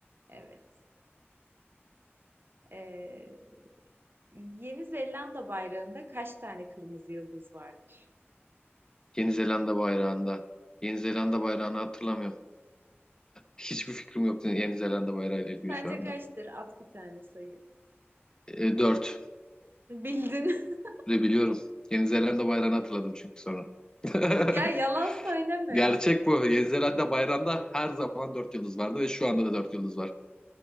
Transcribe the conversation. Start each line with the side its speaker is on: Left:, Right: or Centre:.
Right: Evet. Ee, Yeni Zelanda bayrağında kaç tane kırmızı yıldız vardır?
Left: Yeni Zelanda bayrağında. Yeni Zelanda bayrağını hatırlamıyorum. Hiçbir fikrim yok Yeni Zelanda bayrağı ile ilgili
Right: Sence
Left: şu anda.
Right: kaçtır? At bir tane sayı.
Left: E, dört
Right: Bildin. <laughs>
Left: de biliyorum. Yeni Zelanda bayrağını hatırladım çünkü sonra. <laughs>
Right: Ya yalan söyleme.
Left: Gerçek bu. Yeni Zelanda bayrağında her zaman dört yıldız vardı ve şu anda da dört yıldız var.